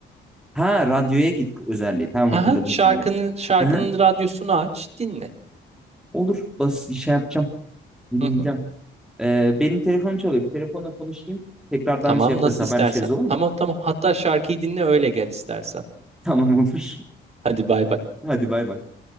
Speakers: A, in the centre; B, on the right.
A: Ha radyoya git özelliği. Tamam hatırladım
B: Aha, şarkının
A: şimdi.
B: şarkının
A: Hı hı.
B: radyosunu aç, dinle.
A: Olur bas şey yapacağım. Dinleyeceğim.
B: Hı hı.
A: Ee, benim telefonum çalıyor. Bir telefonla konuşayım. Tekrardan
B: Tamam,
A: şey yaparız
B: nasıl
A: haberleşiriz
B: istersen.
A: olur mu?
B: Tamam tamam. Hatta şarkıyı dinle öyle gel istersen.
A: <laughs> Tamam olur.
B: Hadi bay bay.
A: Hadi bay bay.